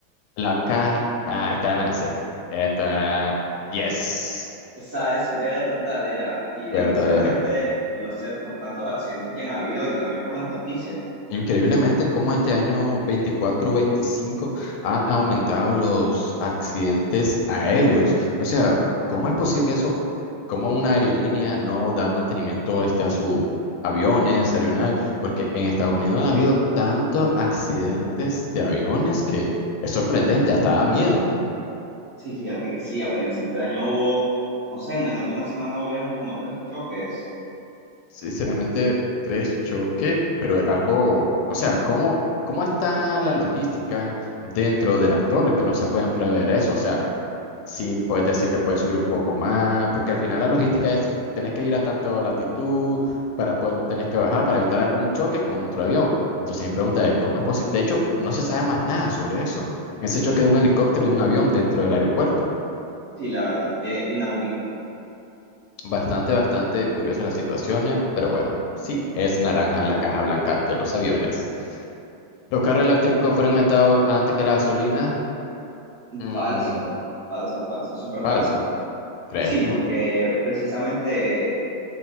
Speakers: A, on the left; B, on the right.
A: La caja. Ah, esta ya me la sé. Esta. Yes.
B: Esa es verdadera y
A: Verdadera.
B: desgraciadamente lo sé por tantos accidentes que han habido y también por las noticias.
A: Increíblemente, cómo este año 24-25 han aumentado los accidentes aéreos. O sea, ¿cómo es posible eso? ¿Cómo una aerolínea no da mantenimiento este, a sus aviones, aeronaves? Porque en Estados Unidos han habido tantos accidentes de aviones que es sorprendente, hasta da miedo.
B: Sí, fíjate que sí, a principio de año hubo, no sé, en menos de una semana hubieron como tres choques.
A: sinceramente, tres choque, pero algo, o sea, ¿cómo, cómo está la logística dentro de las torres que no se pueden prever eso? O sea, sí puedes decir que puedes subir un poco más, porque al final la logística es, tenés que ir a tanto latitud para poder, tenés que bajar para evitar algún choque con otro avión. Entonces mi pregunta es, ¿cómo es posible? De hecho, no se sabe más nada sobre eso, ese choque de un helicóptero y un avión dentro del aeropuerto.
B: Sí, la verdad es que inaudito.
A: Bastante, bastante curiosas las situaciones, pero bueno, sí, es naranja la caja blanca de los aviones. Los carros eléctricos fueron inventados antes que la gasolina. Mm,
B: Falso, falso, falso, súper
A: falso,
B: falso.
A: ¿crees
B: Sí,
A: tú?
B: porque precisamente